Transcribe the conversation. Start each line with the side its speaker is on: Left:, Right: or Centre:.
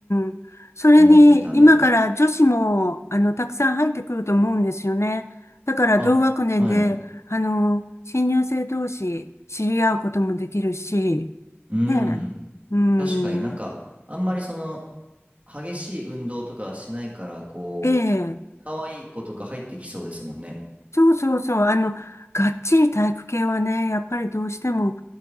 Left: ん。それに、
Right: 思ってたんで。
Left: 今から女子も、あの、たくさん入ってくると思うんですよね。だから、
Right: あ、
Left: 同学年で、
Right: はい。
Left: あの、新入生同士、知り合うこともできるし、
Right: うー
Left: ねえ。
Right: ん。
Left: うん。
Right: 確かになんか、あんまりその、激しい運動とかしないから、こ
Left: ええ。
Right: う、可愛い子とか入ってきそうですもんね。
Left: そうそうそう。あの、がっちり体育系はね、やっぱりどうしても